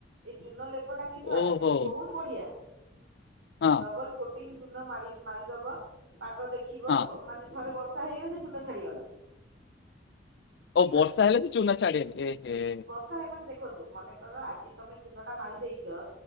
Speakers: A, on the right (about 75°); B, on the left (about 60°).
A: ଏଇ ଚୁନଲେପ ଟା କିନ୍ତୁ ଆକ୍ଟୁଲି
B: ଓହୋ
A: ବହୁତ ତୁ ବଢିଆ।
B: ହଁ
A: ଡବଲ କୋଟିଂ ଚୁନ ମାଡ଼ି ମାରିଦବ ପାଗ ଦେ ଖିବ,
B: ହଁ
A: ମାନେ ଥରେ ବର୍ଷା ହେଇଗଲେ ସେ ଚୂନ ଛାଡିଗଲା।
B: ଓ
A: ଠିକ
B: ବର୍ଷା ହେଲେ ତ ଚୂନ ଛାଡେନି ଏ ହେ।
A: ସାର ମାନେ ଦେଖନ୍ତୁ ମନେକର ଆଜି ତମେ ଚୁନଟା ମାରି ଦେଇଚ,